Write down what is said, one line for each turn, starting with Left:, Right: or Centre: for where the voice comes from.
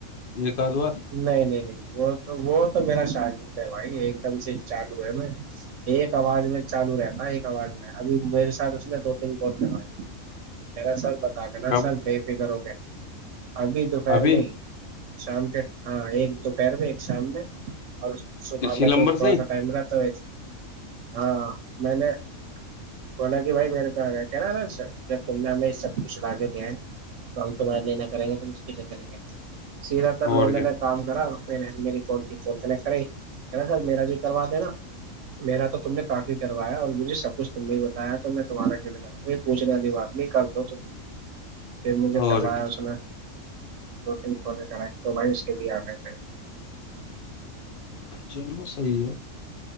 Left: ایک آدھ بار
Right: نہیں نہیں نہیں نہیں وہ تو وہ تو میرا شاگگررد ہے بھائی ایک دم سے چالو ہے میں ایک آواز میں چالو رہتا ایک آواز میں ابھی میرے ساتھ اس نے دو تین کال کروائیا سر نا
Left: کب
Right: سر بے فکر ہو گے ابھی دوپہر
Left: ابھی
Right: میں ہی شام کے ہاں ایک دوپہر میں ایک شام میں اور صبح
Left: اسی
Right: میں تو
Left: نمبر
Right: تھوڑا
Left: سے ہی
Right: سا ٹائم رہتا ویس ہاں میں نے بولا کہ بھائی میرے پ کہہ رہا نا جب تم نے ہمیں سب کچھ لا کے دیا ہے تو ہم تمہارے لیے نہ کریں گے توے کریں گے سیدھا
Left: اور
Right: لونے
Left: کیا
Right: نے کام کراا م کنٹ کر نا سر میرا بھی کروا دینا میرا تو تم نے کافی کروایا اور مجھے سب کچھ تم نے بتایا تو میں تمہارا کیوں نہیںا پوچھنے وال بات نہیں کر دو تم پھر مجھے
Left: اور
Right: کروایا
Left: کیا
Right: اس نے دو تین کولے کرائیں تو بھائی اس کے بھی آ گئے پے
Left: چلو صحیح ہے